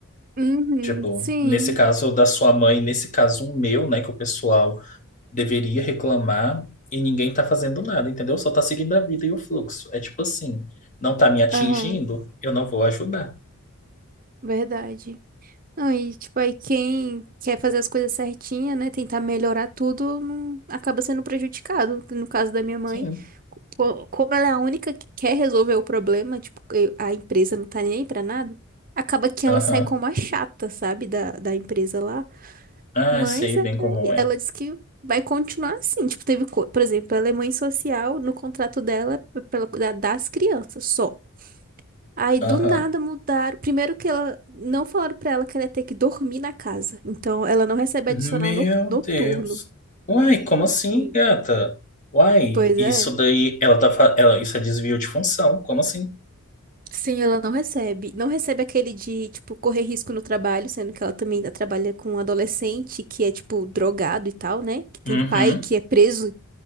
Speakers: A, on the right; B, on the left.
A: Uhum.
B: Tipo,
A: Sim.
B: nesse caso da sua mãe, nesse caso o meu, né, que o pessoal deveria reclamar e ninguém tá fazendo nada, entendeu? Só tá seguindo a vida e o fluxo. É tipo assim, não tá me atingindo,
A: Aham.
B: eu não vou ajudar.
A: Verdade. Não, e tipo, aí quem quer fazer as coisas certinha, né? Tentar melhorar tudo, não- acaba sendo prejudicado. No caso da minha mãe,
B: Sim.
A: co- como ela é a única que quer resolver o problema, tipo, eu- a empresa não tá nem aí pra nada, acaba que
B: Aham.
A: ela sai como a chata, sabe, da, da empresa lá.
B: Ah,
A: Mas
B: sei
A: é-
B: bem como
A: é-
B: é.
A: ela disse que vai continuar assim. Tipo, teve, co- por exemplo, ela é mãe social, no contrato dela, é pela, da- das crianças só. Aí
B: Aham.
A: do nada mudaram. Primeiro que ela não falaram pra ela que ela ia ter que dormir na casa. Então ela não recebe
B: Meu
A: adicional no- noturno.
B: Deus. Uai, como assim,
A: Sim.
B: gata? Uai,
A: Pois
B: isso
A: é.
B: daí, ela tá, fa- ela, isso é desvio de função, como assim?
A: Sim, ela não recebe. Não recebe aquele de, tipo, correr risco no trabalho, sendo que ela também tá- trabalha com um adolescente que é, tipo, drogado e tal, né? Que tem
B: Uhum,
A: pai que é preso,